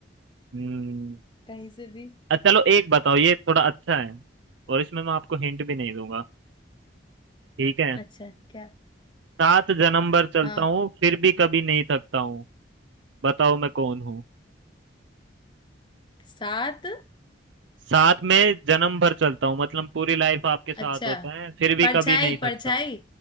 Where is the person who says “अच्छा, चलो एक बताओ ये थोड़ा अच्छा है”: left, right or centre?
Right